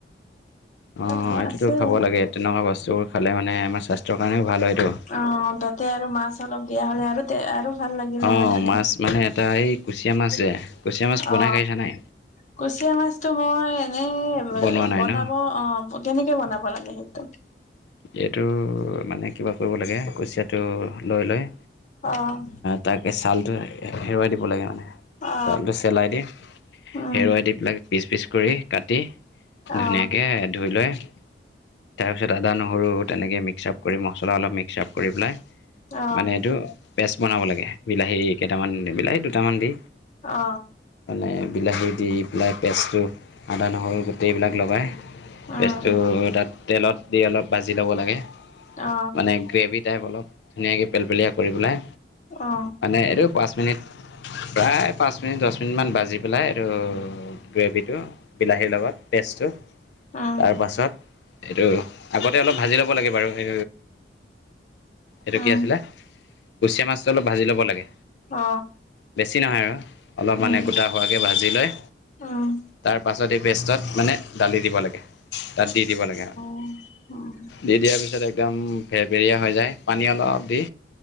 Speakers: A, on the left (about 75°); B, on the left (about 45°).
A: অ
B: হয়
A: এইটোতো
B: আছে
A: খাব লাগে তেনেকুৱা বস্তু খালে মানে আমাৰ স্বাস্থ্যৰ কাৰণেও ভাল হয়টো
B: অ তাতে আৰু মাছ অলপ দিয়া হ'লে আৰু তে আৰু ভাল লাগিলে
A: অ',
B: হয় খাই
A: মাছ মানে এটা এই কুচিয়া মাছ যে কুচিয়া মাছ বনাই
B: অ
A: খাইছা নাই
B: কুচিয়া মাছটো মই এনেই
A: বনোৱা নাই
B: বনাব
A: ন?
B: অ ব কেনেকে বনাব লাগে সেইটো?
A: এইটো মানে কিবা কৰিব লাগে কুচিয়াটো লৈ লৈ
B: অ'
A: তাকেছালটো এৰুৱাই দিব লাগে মানে,
B: অ
A: ছালটো চেলাই দি
B: উম
A: এৰুৱাই দি পেলাক পিচ পিচ কৰি কাটি
B: অ
A: ধুনীয়াকে ধুই লৈ তাৰপিছত আদা, নহৰু তেনেকে মিক্সআপ কৰি মছলা অলপ মিক্সআপ কৰি পেলাই
B: অ
A: মানে এইটো পেষ্ট বনাব লাগে বিলাহী কেইটামান দি পেলাই এ দুটামান দি
B: অ
A: মানে বিলাহী দি পেলাই পেষ্টটো আদা, নহৰু গোটেইবিলাক লগায়
B: উম
A: পেষ্টটো তাত তেলত দি অলপ ভাজি ল'ব লাগে
B: অ
A: মানে গ্ৰেভিত টাইপ অলপ ধুনীয়াকে পেলপেলীয়া কৰি পেলাই
B: অ
A: মানে এইটো পাঁচ মিনিট প্ৰায় পাঁচ মিনিট, দহ মিনিটমান বাজি পেলাই এইটো গ্ৰেভিটো বিলাহীৰ লগত পেষ্টটো
B: উম
A: তাৰপাছত এইটো আগতে অলপ ভাজি ল'ব লাগে বাৰু এ এইটো
B: উম
A: কি আছিলে কুচিয়া মাছটো অলপ ভাজি ল'ব লাগে।
B: অ
A: বেছি নহয় আৰু অলপ
B: উম
A: মানে গোটা হোৱাকে ভাজি লয়।
B: উম
A: তাৰ পাছত এ পেষ্টত মানে দালি দিব লাগে তাত দি দিব লাগে আও
B: উ উম
A: দি দিয়াৰ পিছত একদম ফেৰফেইয়া হৈ যায় পানী অলপ দি